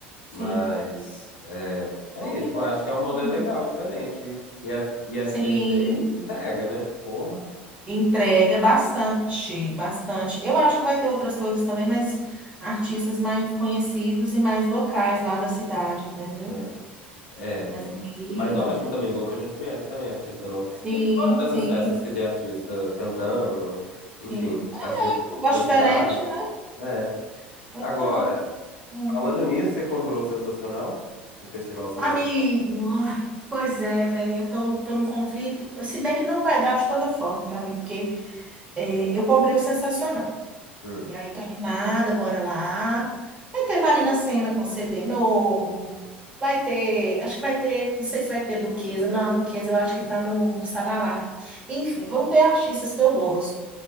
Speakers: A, on the right (about 20°); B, on the left (about 75°).
A: sim.
B: Mas é, é
A: Convida
B: isso, eu acho que
A: todo.
B: é um rolê
A: mundo.
B: legal, diferente. E F- e FBC
A: Sim,
B: entrega, né? Porra.
A: entrega bastante, bastante. Eu acho que vai ter outras coisas também, mas artistas mais conhecidos e mais locais lá da cidade, entendeu?
B: É,
A: Mas
B: é.
A: aqui,
B: Mas ótimo também, bom que a gente conhece também artista novo.
A: sim,
B: Enfim, eu gosto dessas
A: sim.
B: festas que tem artista cantando, enfim,
A: Sim. É
B: artista
A: um gosto
B: da
A: diferente,
B: cidade.
A: né?
B: É.
A: Eu
B: Agora,
A: tô. Hum.
B: falando nisso, você comprou o Sensacional? O Festival Sensacional?
A: Amigo, ai, pois é, velho. Eu tô, tô num conflito. Se bem que não vai dar de toda forma pra mim, porque é, eu comprei o Sensacional.
B: Hum.
A: E aí tô animada, bora lá. Vai ter Marina Sena com CD novo. Vai ter. Acho que vai ter. Não sei se vai ter Duquesa. Não, a Duquesa eu acho que tá no Sarará. Enfim, vão ter artistas que eu gosto.